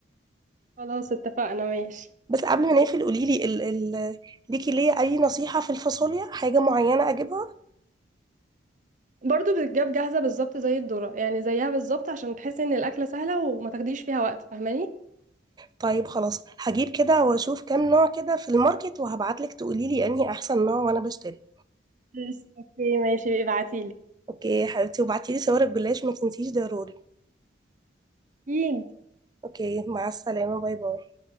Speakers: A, on the right (about 45°); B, on the right (about 20°).
A: خلاص اتفقنا ماشي
B: بس قبل ما نقفل قولي لي ال ال ليكي ليه اي نصيحه في الفاصوليا حاجه معينه اجيبها
A: برضو بتتجاب جاهزة بالظبط زي الذرة يعني زيها بالظبط عشان تحسي ان الأكلة سهلة وما تاخديش فيها وقت فاهماني
B: طيب خلاص هجيب كده واشوف كام نوع كده في الماركت وهبعتلك تقوليلي انهي احسن نوع وانا بشتري
A: بس اوكي ماشي ابعتيلي
B: اوكي يا حبيبتي وبعتيلي صور الجلاش ما تنسيش ضروري
A: اكيد
B: اوكي مع السلامة باي باي